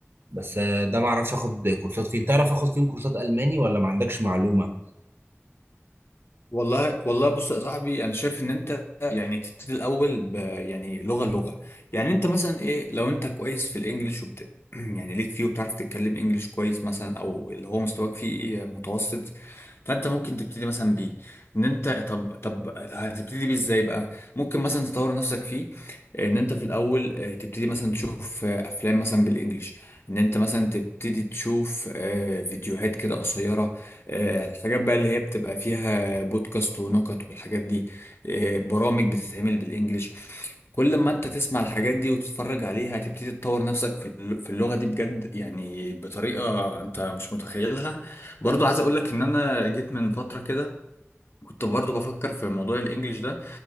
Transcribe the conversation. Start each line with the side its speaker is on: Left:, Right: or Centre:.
Right: بس ده ما اعرفش اخد كورسات فين تعرف اخد فين كورسات الماني ولا ما عندكش معلومه
Left: والله والله بص يا صاحبي انا شايف ان انت يعني تبتدي الاول ب يعني لغه لغه يعني انت مثلا ايه لو انت كويس في الانجليش وبت <clears throat> يعني ليك فيه وبتعرف تتكلم انجليش كويس مثلا او اللي هو مستواك فيه ايه متوسط فانت ممكن تبتدي مثلا بيه ان انت طب طب هتبتدي بيه ازاي بقى ممكن مثلا تطور نفسك فيه ان انت في الاول آه، تبتدي مثلا تشوف آه، افلام مثلا بالانجليش ان انت مثلا تبتدي تشوف آه، فيديوهات كده قصيره آه، الحاجات بقى اللي هي بتبقى فيها بودكاست ونكت والحاجات دي آه، برامج بتتعمل بالانجلش كل ما انت تسمع الحاجات دي وتتفرج عليها هتبتدي تطور نفسك في الل- في اللغة دي بجد يعني بطريقة انت مش متخيلها برضو عايز اقولك ان انا جيت من فترة كده كنت برضو بفكر في موضوع الانجليش ده